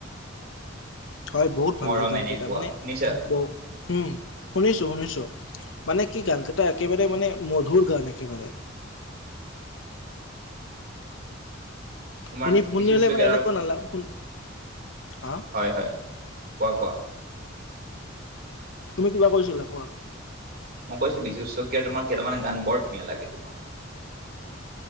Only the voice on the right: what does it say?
মৰম
এনেকুৱা
শুনিছা
তোমাৰ
বিশ্বজিৎ শইকীয়াৰ
আৰু
হয় হয় কোৱা কোৱা।
মই কৈছোঁ বিশ্বজিৎ শইকীয়া তোমাৰ কেইটামান গান বৰ ধুনীয়া লাগে তোমাৰ।